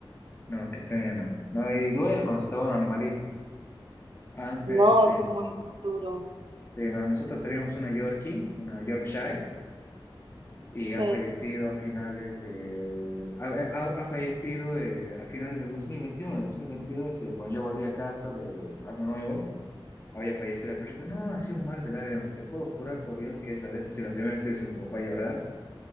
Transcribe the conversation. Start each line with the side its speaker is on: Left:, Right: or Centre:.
Left: No, qué pena. No, y duele cuando se te va un animalito. Antes,
Right: No,
Left: este,
Right: eso
Left: en-
Right: es muy duro.
Left: sí, no, nosotros teníamos una Yorkie, una Yorkshire, y
Right: Sí.
Left: ha fallecido a finales de, ha, ha- ha fallecido eh, a finales del 2021, el 2022, eh, cuando yo volví a casa de Año Nuevo. Había fallecido la perrita. No, ha sido un mar de lágrimas. Te puedo jurar por Dios que esa vez ha sido la primera vez que he visto a mi papá llorar,